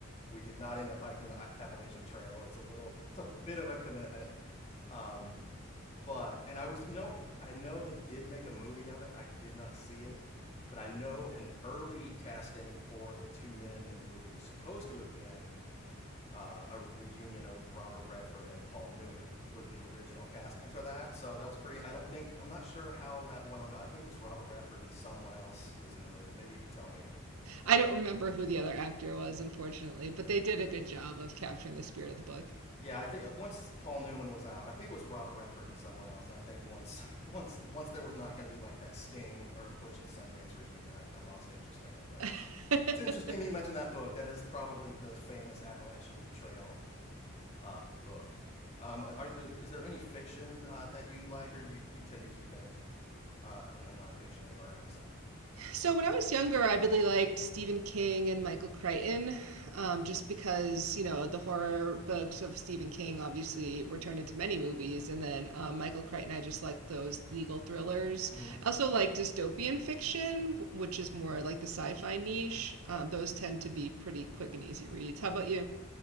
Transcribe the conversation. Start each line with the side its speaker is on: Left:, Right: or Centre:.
Left: We did not end up hiking the uh, Appalachian Trail. It's a little, it's a bit of a commitment, um, but and I was, you know, I know they did make a movie of it. I did not see it, but I know an early casting for the two men in the movie was supposed to have been uh, a reunion of Robert Redford and Paul Newman was the original casting for that. So that was pretty. I don't think I'm not sure how that wound. up. I think it was Robert Redford and someone else who was in the movie. Maybe you could tell me.
Right: I don't remember who the other actor was, unfortunately, but they did a good job of capturing the spirit of the
Left: Yeah, I think uh, once Paul Newman was out, I think it was Robert Redford and someone else. And I think once <laughs> once once there was not going to be like that Sting or Butch and Sundance reunion, I, I lost interest in it. But
Right: book. <laughs>
Left: it's interesting that you mentioned that book. That is probably the famous Appalachian Trail uh, book. Um, are, is there any fiction uh, that you like, or do you, you tend to keep it uh, on the nonfiction and learning side?
Right: So when I was younger, I really liked Stephen King and Michael Crichton, um, just because, you know, the horror books of Stephen King obviously were turned into many movies, and then um, Michael Crichton, I just like those legal thrillers.
Left: hmm
Right: I also like dystopian fiction, which is more like the sci-fi niche.
Left: Yeah.
Right: Um, those tend to be pretty quick and easy reads. How about you?